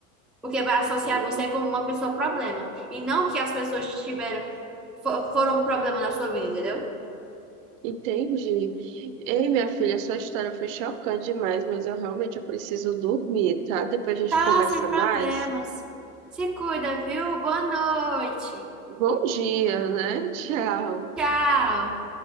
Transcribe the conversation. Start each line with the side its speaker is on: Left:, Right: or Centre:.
Centre: Porque vai associar
Right: né?
Centre: você como uma pessoa problema. E não que as pessoas tiveram, fo- foram um problema na sua vida, entendeu?
Right: Entendi. Ei, minha filha, sua história foi chocante demais, mas eu realmente eu preciso dormir, tá? Depois a gente
Centre: Tá,
Right: conversa
Centre: sem problemas.
Right: mais.
Centre: Se cuida, viu? Boa noite.
Right: Bom dia, né? Tchau.
Centre: Tchau.